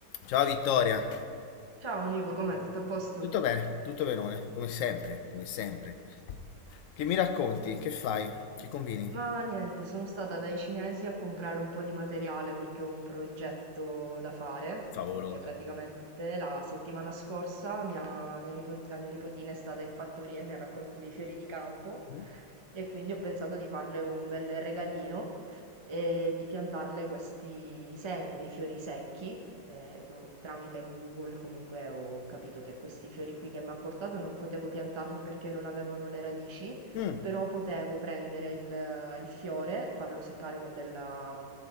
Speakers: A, on the left; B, on the right.
A: Ciao Vittoria,
B: Ciao Nico, com'è? Tutto a posto?
A: tutto bene, tutto benone, come sempre, come sempre. Che mi racconti? Che fai? Che combini?
B: Ma niente, sono stata dai cinesi a comprare un po' di materiale perché ho un progetto da fare,
A: Favoloso.
B: perché praticamente la settimana scorsa mia- mia nipo- la mia nipotina è stata in fattoria e mi ha raccolto dei fiori di campo
A: Mm.
B: e quindi ho pensato di farle un bel regalino e di piantarle questi semi dei fiori secchi. eh, che ho- tramite Google comunque ho capito che questi fiori qui che mi ha portato non potevo piantarli perché non avevano le radici
A: Mm.
B: però potevo prendere il, il fiore, farlo seccare con della,